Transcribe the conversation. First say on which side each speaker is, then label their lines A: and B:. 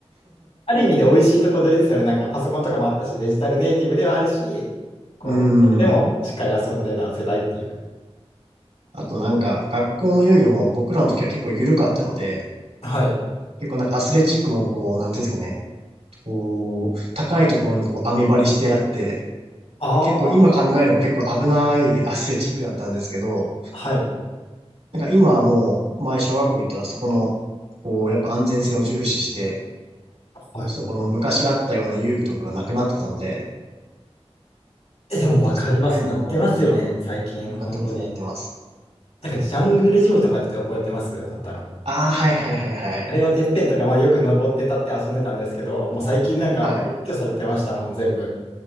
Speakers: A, on the left; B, on the right.
A: ある意味で美味しいとこ取りですよね。なんかパソコンとかもあったし、デジタルネイティブではあるし、こう、
B: うーん。
A: でもしっかり遊んでた世代っていう。
B: あとなんか、学校の遊戯も僕らの時は結構緩かったので、
A: はい。
B: 結構なんかアスレチックもこう、なんていうんですかね、こう、高いところにこう網張りしてあって、
A: ああ、
B: 結構今考えれば結構危ないアスレチックだったんですけど、
A: はい。
B: なんか今はもう、前小学校行ったらそこの、こう、やっぱ安全性を重視して、
A: はい。
B: そこの昔あったような遊具とかがなくなってたので、
A: え、でもわかります。
B: なんかそこら辺も、
A: なってますよね、最近、
B: うん、
A: 本当に。
B: なってます、なってます。
A: なんかジャングルジムとかって覚えてますあったの。
B: ああ、はいはいはいはい。
A: あれのてっぺんとか、まあ、よく登って立って遊んでたんですけど、もう最近なんか撤去されてましたもん、
B: はい。
A: 全部。